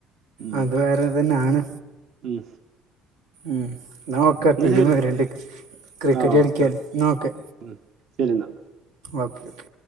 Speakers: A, on the right (about 65°); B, on the right (about 85°).
A: ഉം
B: അതുവേറെതന്നാണ്
A: ഉം
B: മ് ന്നാ ഓക്കെ
A: എന്നാ
B: ടീം
A: ശരി
B: വരണ്ട് ക്രിക്കറ്റളിക്കാൻ
A: ആ ഓക്കെ
B: ന്നാ ഓക്കെ
A: ഉം ശരി എന്നാ
B: ഓക്കെ ഓക്കെ